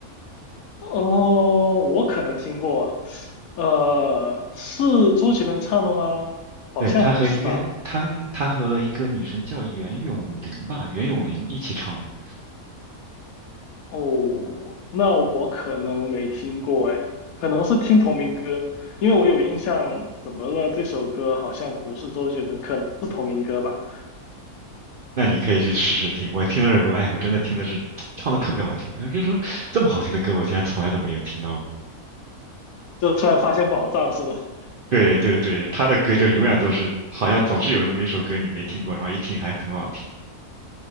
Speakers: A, on the left; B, on the right.
A: 哦，我可能听过，呃，是周杰伦唱的吗？好像不是吧？
B: 对，他和一个他他和一个女生叫袁咏琳吧，袁咏琳一起唱的。
A: 哦，那我可能没听过，哎，可能是听同名歌，因为我有印象，怎么了？这首歌好像不是周杰伦，可能是同名歌吧？
B: 那你可以去试试听。我听到这首歌，哎，我真的听的是 <tsk> 唱的特别好听。呃就说这么好听的歌，我竟然从来都没有听到过。
A: 就突然发现宝藏是吧？<laughs>
B: 对对对，他的歌就永远都是，好像总是有那么一首歌你没听过，然后一听还很好听。